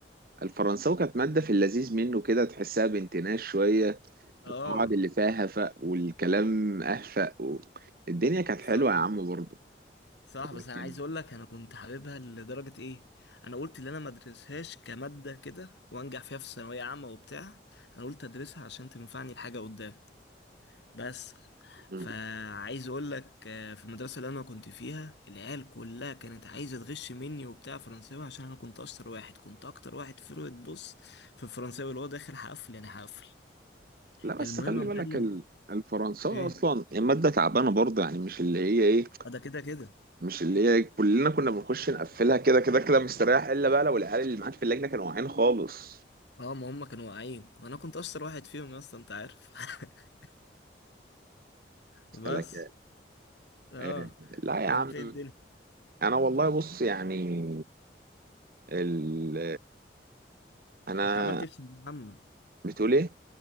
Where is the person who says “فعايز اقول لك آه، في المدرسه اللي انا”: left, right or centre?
Left